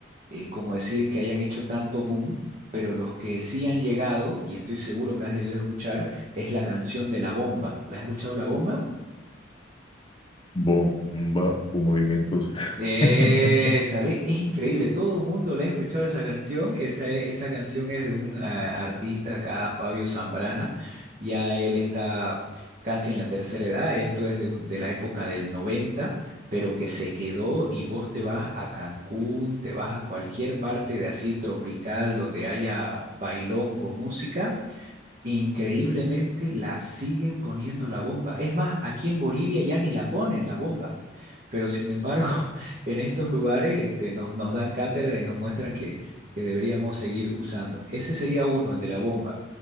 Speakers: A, on the right; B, on the left.
A: eh, como decir que hayan hecho tanto boom, pero los que sí han llegado, y estoy seguro que has debido escuchar, es la canción de La Bomba. ¿La has escuchado La Bomba?
B: Bomba o movimientos.
A: Eh,
B: <laughs>
A: ¿sabes? Es increíble, todo el mundo le ha escuchado esa canción. Esa, e- esa canción es de un ah, artista acá, Fabio Zambrana. Ya él está casi en la tercera edad, esto es de, un- de la época del 90, pero que se quedó y vos te vas a Cancún, te vas a cualquier parte de así tropical donde haya bailongo, música. Increíblemente la siguen poniendo la bomba. Es más, aquí en Bolivia ya ni la ponen la bomba. Pero sin embargo, <laughs> en estos lugares este, nos, nos dan cátedra y nos muestran que, que deberíamos seguir usando. Ese sería uno, el de la bomba.